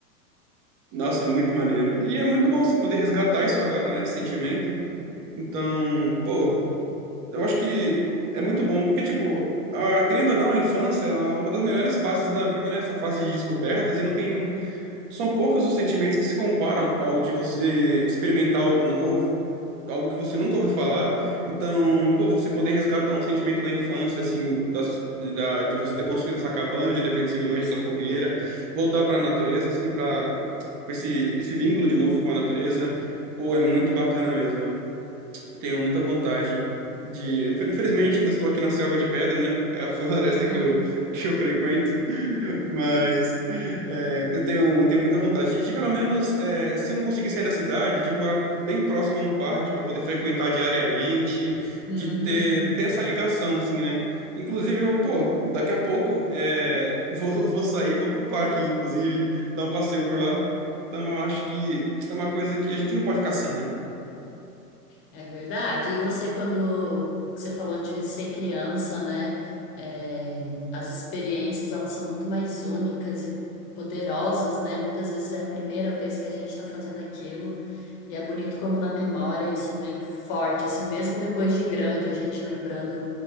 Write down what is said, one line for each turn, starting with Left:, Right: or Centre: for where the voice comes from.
Right: Nossa, muito maneiro. E é muito bom você poder resgatar isso agora, né? Esse sentimento. Então, pô, eu acho que é muito bom, porque, tipo, a, querendo ou não, a infância é uma das melhores fases da vida, né? Essa fase de descobertas, e não tem. São poucos os sentimentos que se comparam ao de você experimentar algo novo, algo que você nunca ouviu falar. Então, pô, você poder resgatar um sentimento da infância, assim, das- da, de você ter construído essa cabana, de ter feito esse miojo, essa fogueira, voltar para a natureza, assim, para com esse, esse vínculo de novo com a natureza, pô, é muito bacana mesmo. Tenho muita vontade de. Infelizmente, ainda estou aqui na selva de pedra, né? É a <laughs> floresta
Left: Aham.
Right: que eu, que eu frequento. <laughs> Mas é, eu tenho, tenho muita vontade de, de, pelo menos, é, se eu não conseguir sair da cidade, de morar bem próximo a um parque para poder frequentar diariamente,
Left: Uhum.
Right: de ter, ter essa ligação, assim, né? Inclusive, eu, pô, daqui a pouco é, <laughs> vou, vou sair, vou pro parque, inclusive, dar um passeio por lá. Então, eu acho que é uma coisa que a gente não pode ficar sem, né?
Left: É verdade. E você, quando você falou de ser criança, né? é, as experiências, elas são muito mais únicas e poderosas, né? Muitas vezes é a primeira vez que a gente está fazendo aquilo. E é bonito como na memória isso vem forte, assim, mesmo depois de grande, a gente lembrando